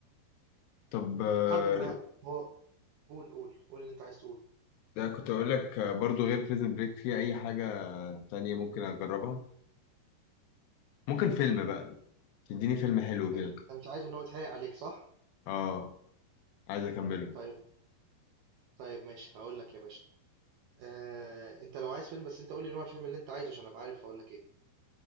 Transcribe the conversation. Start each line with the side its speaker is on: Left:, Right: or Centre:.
Left: طب آه،
Right: بعد ما هو قول قول قول اللي انت عايز تقوله
Left: ده كنت اقول لك آه، برضو غير بريزن بريك في اي حاجة تانية ممكن اجربها ممكن فيلم بقى تديني فيلم حلو
Right: انت
Left: كده
Right: مش انت مش عايز ان هو يتحرق عليك صح
Left: اه عايز اكمله
Right: طيب طيب ماشي هقول لك يا باشا آه... انت لو عايز فيلم بس انت قول لي نوع الفيلم اللي انت عايزه عشان ابقى عارف اقول لك ايه